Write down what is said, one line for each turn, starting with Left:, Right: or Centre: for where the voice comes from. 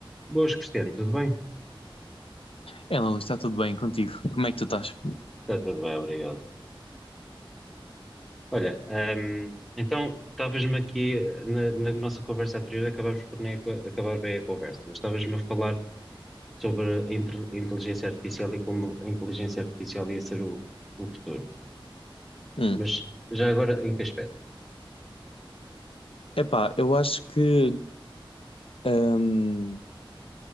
Centre: Boas, Cristiano, tudo bem?
Left: É, Luís, está tudo bem contigo? Como é que tu estás?
Centre: Está tudo bem, obrigado. Olha, ahm, então estavas-me aqui eh, na, na nossa conversa anterior, acabámos por nem aca- acabar bem a conversa, mas estavas-me a falar sobre a intel- a inteligência artificial e como a inteligência artificial ia ser o, o futuro.
Left: Hum,
Centre: Mas já agora, em que aspecto?
Left: Epá, eu acho que, hum,